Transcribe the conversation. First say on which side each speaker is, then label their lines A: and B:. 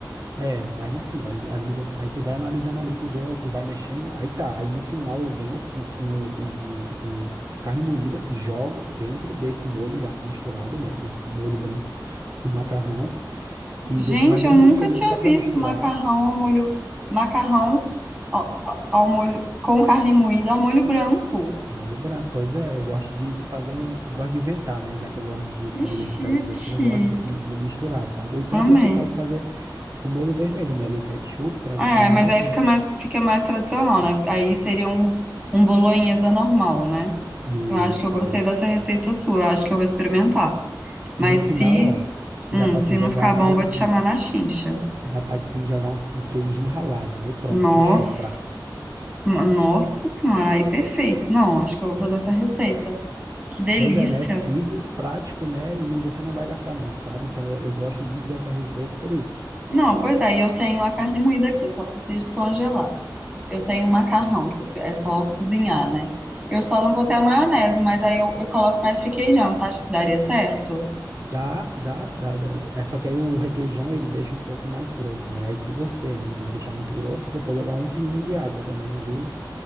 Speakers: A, on the right; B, on the right.
A: É, mas no fim, né, ali, ali você, aí tu vai analisando ali, tu vê, tu vai mexendo, aí tá. Aí no final eu venho com, com, com- com- com carne moída, jogo dentro desse molho já misturado, né? Do molho branco com macarrão e
B: Gente,
A: deixo mais dois
B: eu nunca
A: minutinhos
B: tinha
A: ali só para
B: visto
A: misturar.
B: macarrão ao molho, macarrão ao, ao molho com carne moída ao molho branco.
A: Molho branco, pois é, eu gosto de, de fazer, um, eu gosto de inventar, né? Já que eu gosto de comidas
B: Que chique.
A: diferentes assim, eu gosto de, de misturar, sabe? Ou então
B: Amei.
A: tu- você pode fazer o molho vermelho, né? Ali o ketchup tradicional,
B: É, mas aí
A: né?
B: fica mais, fica mais tradicional, né? Aí seria um, um bolonhesa normal, né?
A: Isso,
B: Eu acho que eu gostei
A: é isso.
B: dessa receita sua, eu acho que eu vou experimentar. Mas
A: E no final,
B: se,
A: ó,
B: hum,
A: dá pra
B: se
A: tu jogar
B: não ficar
A: ainda
B: bom, eu vou
A: um,
B: te chamar na chincha.
A: dá pra te jogar um, um queijinho ralado. Aí pronto,
B: Nossa,
A: fechou o prato.
B: nossa senhora, aí perfeito. Não, acho que eu vou fazer essa receita. Que delícia.
A: Pois é, né? Simples, prático, né? E não, você não vai gastar muito, sabe? Então eu eu gosto muito dessa receita por isso.
B: Não, pois é, e eu tenho a carne moída aqui, eu só preciso congelar. Eu tenho o macarrão, que eu pre- é só cozinhar, né? Eu só não vou ter a maionese, mas aí eu, eu coloco mais requeijão. Você acha que daria certo?
A: Dá, dá, dá, dá. É só que aí o requeijão ele deixa um pouco mais grosso, né? Aí se você não quiser deixar muito grosso, você pode jogar um pinguinho de água também ali,